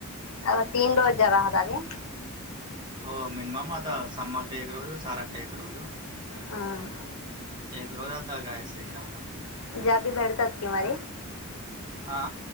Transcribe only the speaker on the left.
अ तीन रोज जवा होते.
हम
जागे भेडतात की मर